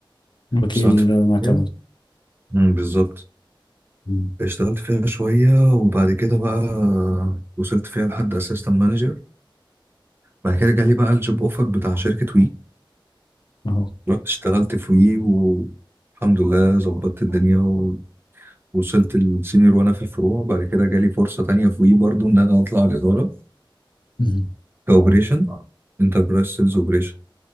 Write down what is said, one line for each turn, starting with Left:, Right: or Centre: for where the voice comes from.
Left: وكيل
Right: اشتغلت
Left: معتمد
Right: فيها مم، بالظبط
Left: مهم.
Right: اشتغلت فيها شوية وبعد كده بقى وصلت فيها لحد اسيستنت مانجر بعد كده جالي بقى الجوب اوفر بتاع شركة وي
Left: اهو
Right: رحت اشتغلت في وي والحمد لله ظبطت الدنيا و... وصلت السينيور وانا في الفروع بعد كده جالي فرصة تانية في وي برضو ان انا اطلع الادارة
Left: مهم.
Right: كاوبريشن انتربرايز سيلز اوبريشن